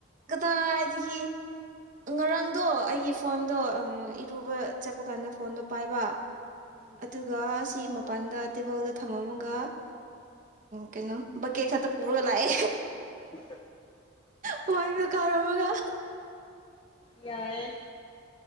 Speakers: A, on the right; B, on the left.
A: ꯀꯗꯥꯗꯒꯤ ꯉꯔꯥꯡꯗꯣ ꯑꯩꯒꯤ ꯐꯣꯟ ꯗꯣ ꯏꯔꯨꯕ ꯆꯠꯄ ꯀꯥꯟꯗ ꯐꯣꯟꯗꯣ ꯄꯥꯏꯕ
B: ꯎꯝ
A: ꯑꯗꯨꯒꯒ ꯁꯤ ꯃꯄꯥꯟꯗ ꯇꯦꯕꯜꯗ ꯊꯝꯃꯝꯃꯒ ꯀꯩꯅꯣ ꯕꯛꯀꯦ ꯈꯛꯇ ꯄꯨꯔꯒ ꯂꯥꯛꯑꯦ
B: ꯦꯦ
A: ꯃꯃꯣꯏꯒ ꯀꯥꯎꯔꯝꯃꯒ
B: ꯌꯥꯔꯦ